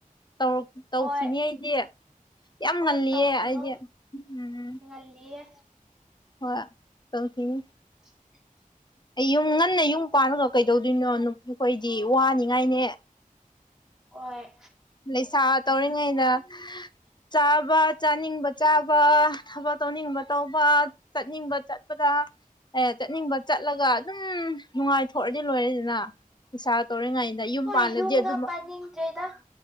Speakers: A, on the left (about 30°); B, in the centre.
A: ꯇꯧꯔꯛ ꯇꯧꯈꯤꯅꯤ
B: ꯍꯣꯏ
A: ꯑꯩꯗꯤ ꯌꯥꯝ
B: ꯍꯣꯏ
A: ꯉꯜꯂꯤꯌꯦ
B: ꯇꯧꯈꯤꯌꯣ
A: ꯑꯩꯗꯦ ꯎꯝ
B: ꯉꯜꯂꯤꯌꯦ
A: ꯍꯣꯏ ꯇꯧꯈꯤꯅꯤ
B: <unintelligible>
A: ꯑꯩ ꯌꯨꯝ ꯉꯟꯅ ꯌꯨꯝ ꯄꯥꯡꯉꯒ ꯀꯩꯗꯧꯗꯣꯏꯅꯣ ꯅꯨꯄꯤꯈꯣꯏꯗꯤ ꯋꯥꯅꯤꯡꯉꯥꯏꯅꯦ
B: ꯍꯣꯢ
A: ꯂꯩꯁꯥ ꯇꯧꯔꯤꯉꯩꯩꯅ ꯆꯥꯕ ꯆꯥꯅꯤꯡꯕ ꯆꯥꯕ ꯊꯕꯛ ꯇꯧꯅꯤꯡꯕ ꯇꯧꯕ ꯆꯠꯅꯤꯡꯕ ꯆꯠꯄꯗ ꯆꯠꯅꯤꯡꯕ ꯆꯠꯂꯒ ꯑꯗꯨꯝ ꯅꯨꯡꯉꯥꯏꯊꯣꯛꯔꯗꯤ ꯂꯣꯏꯔꯦ ꯗ ꯅ ꯏꯁꯁꯥꯜ ꯇꯧꯔꯤꯉꯩꯗ ꯌꯨꯝ
B: ꯍꯣꯏ
A: ꯄꯥꯜꯂꯗꯤ
B: ꯌꯨꯝꯒ
A: ꯑꯗꯨꯝ
B: ꯄꯥꯅꯤꯡꯗ꯭ꯔꯦꯗ
A: ꯑ